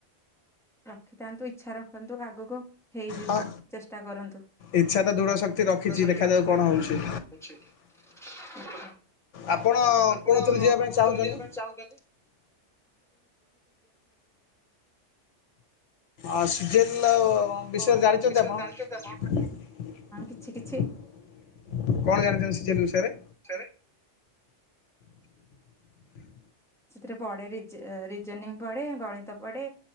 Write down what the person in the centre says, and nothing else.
ରଖିଥାନ୍ତୁ ଇଚଛା ରଖନ୍ତୁ ଆଗକୁ। ହେଇଯିବ
ଚେଷ୍ଟା କରନ୍ତୁ।
ଶକ୍ତି
ଅଛି <inaudible>
ଆପଣ
କୋଉଥିରେ
ଯିବା ପାଇଁ ଚାହୁଚନ୍ତି?
ଓ
ବିଷୟରେ
ଜାଣିଛନ୍ତି ହଁ କିଛି
କିଛି।
ସେ
ସେଥିରେ ପଡେ ରିଜନିଂ ପଢେ ଗଣିତ ପଡେ।